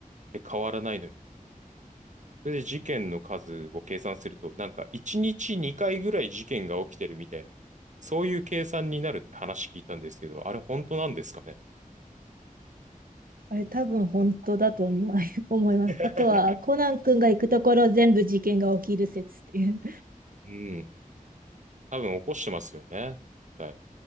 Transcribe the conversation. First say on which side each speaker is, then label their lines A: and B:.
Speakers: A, on the right; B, on the right.
A: で変わらないのに、それで事件の数を計算すると、なんか1日2回ぐらい事件が起きてるみたいな、そういう計算になるって話聞いたんですけど、あれ本当なんですかね
B: あれ多分本当だと思い <laughs> 思います。
A: <laughs>
B: あとは、コナン君が行くところ全部事件が起きる説っていう。
A: うん。多分起こしてますよね。はい。